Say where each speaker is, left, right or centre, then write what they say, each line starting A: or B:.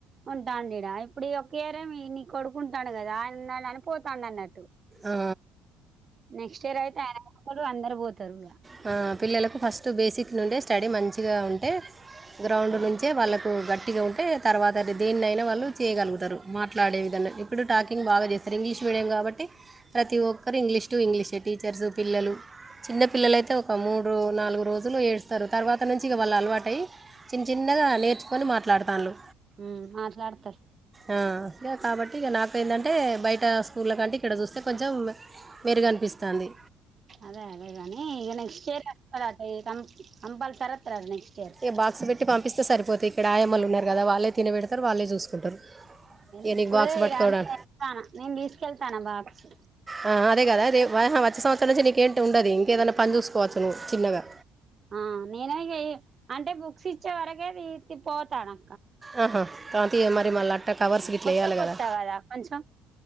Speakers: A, on the right; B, on the right.
A: ఉంటాండిడా ఇప్పుడు ఒక ఇయర్ నీ కొడుకుంటాను కదా అన్నా అని పోతాడు అన్నట్టు
B: ఆ,
A: నెక్స్ట్ ఇయర్ అయితే ఆయనడు అందరు పోతారు
B: హ పిల్లలకు ఫస్ట్ బేసిక్ నుండి స్టడీ మంచిగా ఉంటే గ్రౌండ్ నుంచే వాళ్ళలకు గట్టిగా ఉంటే తర్వాత దేన్ని అయినా వాళ్ళు చేయగలుగుతారు మాట్లాడే విధ ఇప్పుడు టాకింగ్ బాగా చేస్తారు ఇంగ్లీష్ మీడియం కాబట్టి ప్రతి ఒక్కరు ఇంగ్లీష్ టు ఇంగ్లీష్ టీచర్స్ పిల్లలు చిన్న పిల్లలయితే ఒక మూడు నాలుగు రోజులు ఏడుస్తారు తర్వాత నుంచి ఇక వాళ్ళ అలవాట అయ్యి చిన్న చిన్నగా నేర్చుకొని మాట్లాడుతల్లు
A: ఉమ్ మాట్లాడతారు
B: ఆ ఇ కాబట్టి ఇక నాక ఏందంటే బయట స్కూళ్ల కంటే ఇక్కడ చూస్తే కొంచెం మెరుగు అనిపిస్తది
A: అదే అదేగానీ ఈ నెక్ట్ కస్త కాం కంప్లాసరీ అతడు అట నెక్స్ట్ ఇయర్
B: ఈ బాక్స్ పెట్టి పంపిస్తే సరిపోతతే ఇక్కడ ఆయామ్మల్లు ఉన్నారు కదా వాళ్ళ తినబెడతారు వాళ్ళే చూసుకుంటారు ఇక
A: ఇప్పుడు
B: నీకు బాక్స్ పట్టుకోవడం
A: ఇ రాని వెతాను నేను తీసుకెళ్తాను బాక్స్
B: ఆ, అదే కదా అదే వచ్చే సంవత్సం నుంచి నీకేంటి ఉండది ఇంకేదైనా పని చూసుకోవచ్చువవు చిన్నగా
A: ఆ నేనే అంటే బుక్స్ ఇచ్చే వరకే పోతాను
B: ఆహా కాంత మరి మళ్ళా అట్ట కవర్స్ గట్లా
A: కొత్త
B: వేయాలి
A: కొత్త
B: కదా
A: కొంచెం